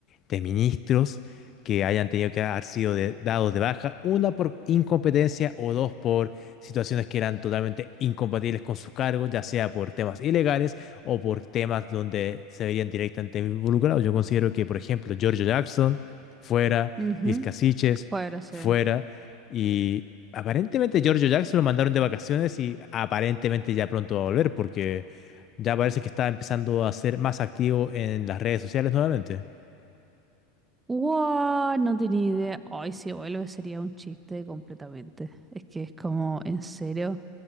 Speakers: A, on the left (about 35°); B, on the right (about 15°).
A: de ministros que hayan tenido que haber sido de- dados de baja, una por incompetencia o dos por situaciones que eran totalmente incompatibles con sus cargos, ya sea por temas ilegales o por temas donde se verían directamente involucrados. Yo considero que, por ejemplo, Giorgio Jackson fuera,
B: Ujú,
A: Iscasiches
B: ujú. Fuera, sí.
A: fuera, y aparentemente Giorgio Jackson lo mandaron de vacaciones y aparentemente ya pronto va a volver porque ya parece que está empezando a ser más activo en las redes sociales nuevamente.
B: ¡Wow! No tenía idea. Ay, si vuelve sería un chiste completamente. Es que es como, en serio,